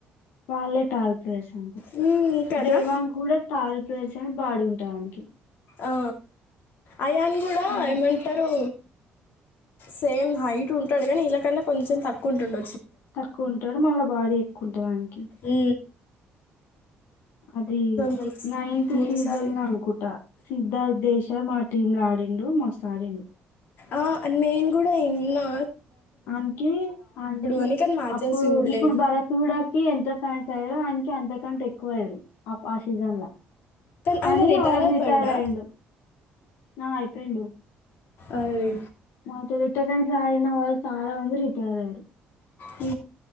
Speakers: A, on the left; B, on the left.
A: వాళ్ళ టాల్ ప్లేస్ అంట
B: హ్మ్ కదా
A: దేవాం కూడా తాల్ ప్లేర్స్ అ బాడి ఉంటాయినకి
B: ఆ అయాన్ కూడా
A: మళ్ళ
B: ఏమంటారు సేమ్ హైట్ ఉంటాడు కానీ ఇలాకన్నా కొంచెం తక్కువ ఉంటుండ
A: తక్కువ ఉంటాడు మళ్ళ బాడీ ఎక్కువ కుర్ద్ని
B: ఉ
A: అది
B: ముందు
A: నైన్త్
B: ముందుసారి
A: సీజన్ అనుకుంటా సిద్ధార్ దేశ మా టీమ్ లో ఆడిండు మస్త ఆడిండు
B: ఆ నేను కూడా ఇన్నా
A: అకే అక
B: అని కానీ మ్యాచెస్
A: అప్పుడు
B: చూడలేను
A: ఇప్పుడు భరత కూడాడా ఎంత ఫ్యాన్స్ అయో అననికి అంత ంట ఎక్కువ అయ్యారు ఆ సీజన్ కానీ
B: ఆయన రిటైర్
A: వాడని
B: అయిపోయిండా
A: తయార అయిండు నా అయిపోయిండు
B: అరిే
A: మా తె రిటంన వాళ చాలా వంది రిటైర్ ఆయారు
B: ఉ